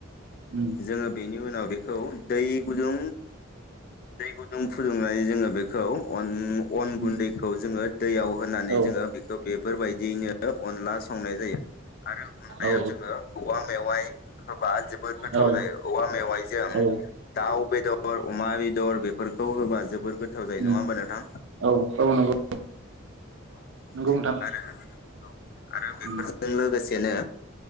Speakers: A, on the right; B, on the left.
A: उम
B: जोङो बेन नि उनाव बेखौ दै गुदुं दै गुदुं फुदुंनानै जोङो बेखौ अन अन
A: उम
B: गुन्दैखौ जोङो दैयाव होनानै
A: औ
B: जोङो बेखौ बेफोरबायदियैनो अनला संनाय जायो। आरो अनलायाव
A: औ
B: जोङो औवा मेवाइ होबा जोबोद गो थाव
A: औ
B: जायो। औवा मेवाइजों
A: औ
B: दाउ बेदर अमा बेदर बेफोरखौ होबा जोबोर गोथाव जायो नङा
A: उम
B: होमबा नोंथां?
A: औ औ नंगौ
B: औ
A: नंगौ नोंथां
B: आरो औ आरो बेफोरजों
A: उम
B: लोगोसे बेनो